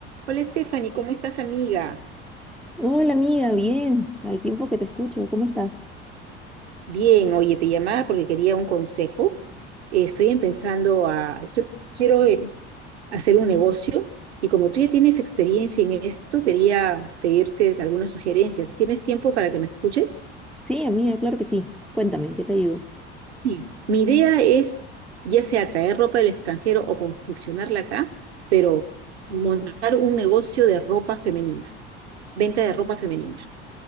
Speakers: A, on the right; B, in the centre.
A: Hola Stephanie, ¿cómo estás amiga?
B: Hola amiga, bien, al tiempo que te escucho, ¿cómo estás?
A: Bien, oye, te llamaba porque quería un consejo. Eh, estoy empezando a, estoy, quiero eh, hacer un negocio y como tú ya tienes experiencia en esto, quería pedirte algunas sugerencias. ¿Tienes tiempo para que me escuches?
B: Sí, amiga, claro que sí. Cuéntame, ¿en qué te ayudo?
A: Sí, Mi idea es ya sea traer ropa del extranjero o confeccionarla acá, pero montar un negocio de ropa femenina, venta de ropa femenina.